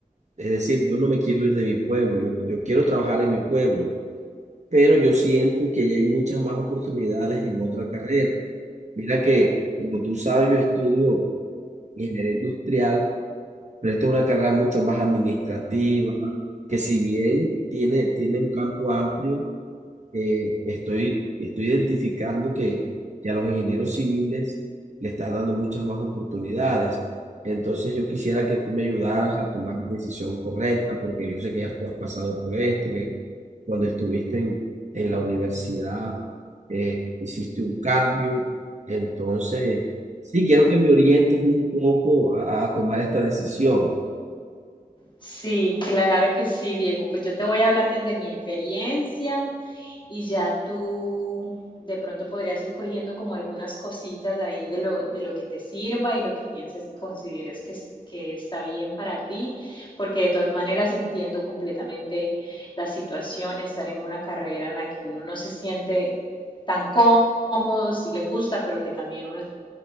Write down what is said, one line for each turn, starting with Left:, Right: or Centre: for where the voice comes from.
Right: es decir, yo no me quiero ir de mi pueblo, yo, yo quiero trabajar en mi pueblo, pero yo siento que ya hay muchas más oportunidades en otra carrera. Mira que, como tú sabes, yo estudio ingeniero industrial, pero esta es una carrera mucho más administrativa, que si bien tiene, tiene un campo amplio, eh, estoy, estoy identificando que, que a los ingenieros civiles le están dando muchas más oportunidades. Entonces yo quisiera que tú me ayudaras a tomar la decisión correcta, porque yo sé que ya tú has pasado por esto, que cuando estuviste en, en la universidad eh, hiciste un cambio. Entonces, sí, quiero que me orientes un poco a a tomar esta decisión.
Left: Sí, claro que sí, Diego. Pues yo te voy a hablar desde mi experiencia y ya tú de pronto podrías ir cogiendo como algunas cositas ahí de lo, de lo que te sirva y lo que pienses, consideres que, es- que está bien para ti, porque de todas maneras entiendo completamente la situación, estar en una carrera en la que uno no se siente tan cómodo, si le gusta, pero que también uno